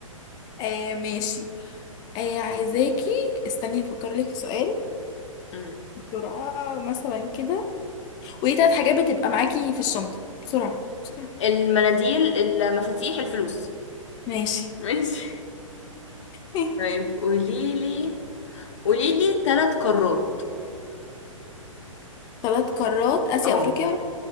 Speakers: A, on the left; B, on the left.
A: آه ماشي آه عايزاكي استني افكر لك في سؤال
B: أمم.
A: بسرعه مثلا كده وايه ثلاث حاجات بتبقى معاكي في الشنطه بسرعه بسرعه
B: المناديل المفاتيح الفلوس
A: ماشي
B: ماشي
A: <laughs>
B: طيب قولي لي قولي لي ثلاث قارات
A: ثلاث قارات اسيا
B: اه
A: افريقيا